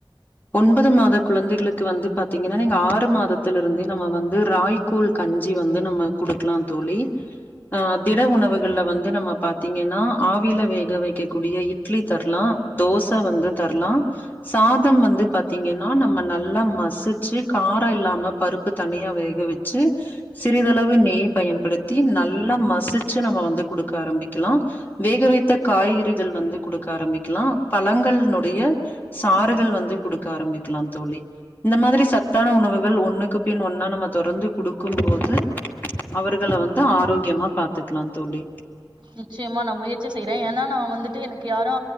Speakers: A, on the left; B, on the right.
A: ஒன்பது மாத குழந்தைகளுக்கு வந்து பாத்தீங்கனா நீங்க ஆறு மாதத்துல் இருந்தே நம்ம வந்து ராய் கூழ் கஞ்சி வந்து நம்ம குடுக்லா தோழி ஆ திட உணவுகள்ல வந்து நம்ம பாத்தீங்கன்னா ஆவில வேக வெக்ககூடிய இட் லி தரலா தோசம் வந்து தரலா சாதோ வந்து வந்து பாத்தீங்கன்னா நம்ம நல்லா மசுச்சு காரோ இல்லாம பருப்பு தனியா வேக வெச்சு சிறிதளவு நெய் பயன்படுத்தி நல்லா மசிச்சு நம்ம வந்து குடுக்க ஆரம்பிக்கலா வேக வைத்த காய்கறிகள் வந்து குடுக்க ஆரம்பிக்கலா பழங்கள்னுடைய சாறுகள் வந்து குடுக்க ஆரம்பிக்கலா தோழி இந்த மாத்ரி சத்தான உணவுகள் ஒண்ணுக்கு பின் ஒன்னா நம்ம தொடர்ந்து குடுக்கும்போது அவர்கள வந்து ஆரோக்கியமா பாத்துக்கலா தோழி
B: நிச்சயமா நா முயற்சி செய்றே ஏன்னா நா வந்துட்டு எனக்கு யாரு